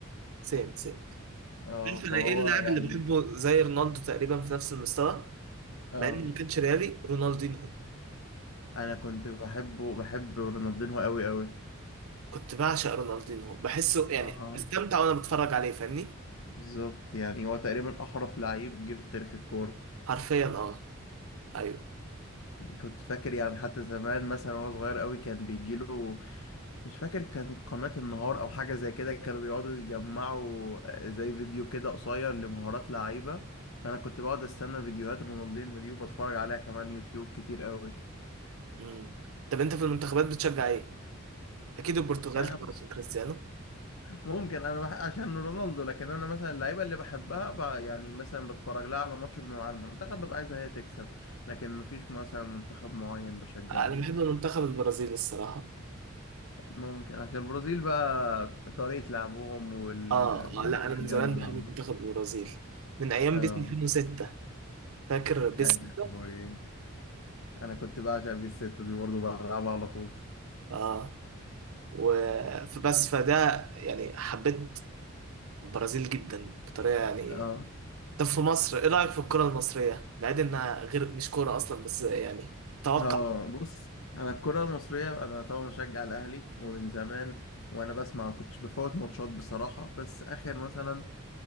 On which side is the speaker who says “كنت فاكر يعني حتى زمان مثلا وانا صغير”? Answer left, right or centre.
Left